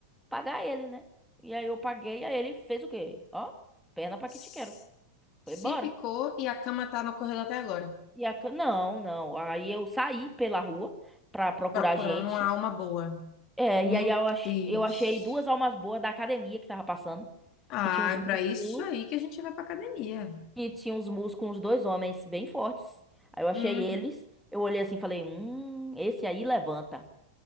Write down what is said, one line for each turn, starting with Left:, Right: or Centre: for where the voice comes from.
Centre: pagar ele, né? E aí eu paguei, aí ele fez o quê? Ó, perna pra que
Left: S-
Centre: te quero. Foi
Left: Se
Centre: embora.
Left: picou e a cama tá no corredor até agora,
Centre: E a... ca- Não, não. Aí eu saí pela rua pra procurar
Left: procurando
Centre: gente.
Left: uma alma boa.
Centre: É,
Left: Meu
Centre: e aí eu, ach...
Left: Deus.
Centre: eu achei duas almas boas da academia que tava passando,
Left: Ah,
Centre: que tinha uns
Left: é
Centre: músculos,
Left: pra isso aí que a gente vai pra academia.
Centre: que tinha uns músculos, uns dois homens bem fortes. Aí eu achei
Left: Uhum.
Centre: eles, eu olhei assim e falei, hum, esse aí levanta.